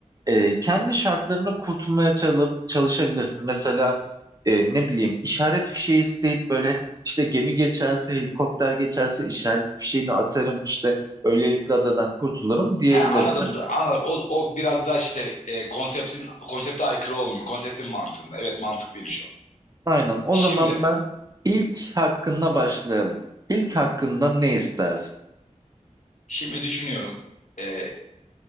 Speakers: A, on the right (about 30°); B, on the left (about 70°).
A: Ee, kendi şartlarına kurtulmaya çal- çalışabilirsin. Mesela e, ne bileyim işaret fişeği isteyip böyle işte gemi geçerse, helikopter geçerse işaret fişeğini atarım işte böylelikle adadan kurtulurum diyebilirsin.
B: He anladım. Anladım. O, o biraz daha şey e, konseptin konsepte aykırı olmuyor. Konseptin mantığında. Evet mantıklıymış o.
A: Aynen. O
B: Şimdi
A: zaman ben ilk hakkında başlayalım. İlk hakkında ne istersin?
B: şimdi düşünüyorum. E,